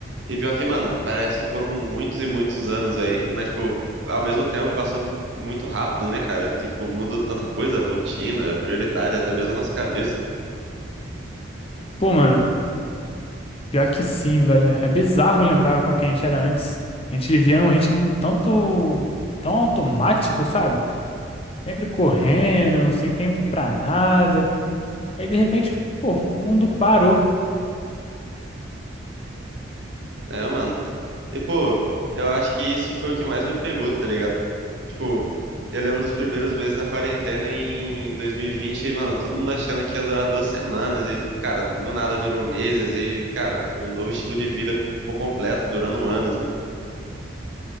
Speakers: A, on the right (about 65°); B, on the left (about 30°).
A: E pior que, mano, parece que foram muitos e muitos anos aí. Mas, tipo, ao mesmo tempo passando muito rápido, né, cara? Tipo, mudou tanta coisa, rotina, prioridade, até mesmo a nossa cabeça.
B: Pô, mano, pior que sim, velho. É bizarro lembrar como que a gente era antes. A gente vivia um ritmo tanto, tão automático, sabe? Sempre correndo, sem tempo pra nada. Aí, de repente, pô, o mundo parou.
A: É, mano. E, pô, eu acho que isso foi o que mais me pegou, tá ligado? Tipo, eu lembro dos primeiros meses da quarentena em 2020, e, vinte, e, mano, todo mundo achando que ia durar duas semanas e, cara, do nada virou meses e, cara, um novo estilo de vida por completo, durando anos, né?